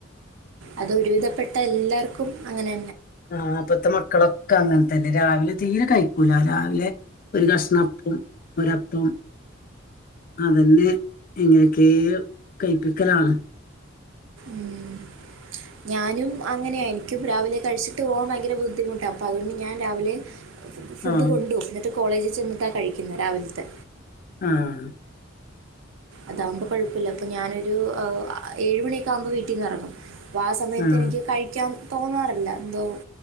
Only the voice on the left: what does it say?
ആഹ് ഇപ്പത്തെ മക്കളൊക്കെ അങ്ങനത്തന്നെ രാവിലെ തീരെ കഴിക്കൂല രാവിലെ ഒരു കഷ്ണ അപ്പോം ഒരപ്പം അതന്നെ എങ്ങനെക്കെയോ കയിപ്പിക്കലാണ്
ആഹ്
ആഹ്
ആഹ്